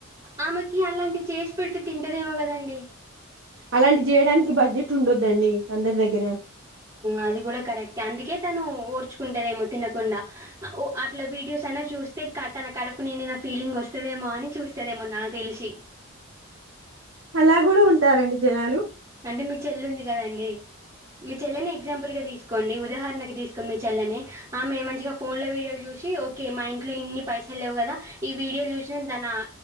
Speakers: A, on the right; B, on the right.
A: ఆమెకి అలాంటి చేసి పెడితే తింటదేమో కదండి
B: అలాంటి చేయడానికి బడ్జెట్ ఉండొద్దండి అందరి దగ్గర
A: అది కూడా కరెక్ట్ అందుకే తను ఓడ్ చచుకుంటదేమో తినకుండా ఓ అట్లా వీడియోస్ అయినా చూస్తే తన కడపు నేనే ఫీలింగ్ వస్తదేమో అని చూస్తదేమో నాకు తెలిసి
B: అలా కూడా ఉంటారండి జనాలు
A: అంటే మీ చెల్లు ఉంది కదా అండి మీ చెల్లని ఎగ్జాంపుల్ గా తీసుకు తీసుకోండి ఉదాహరణకు తీసుకోండి మీ చెల్లని ఆ మేము మంచిగా ఫోన్ లో వీడియోలు చూసి ఓకే మా ఇంట్లో ఇన్ని పైసలు లేవు కదా ఈ వీడియోలు చూసినా దన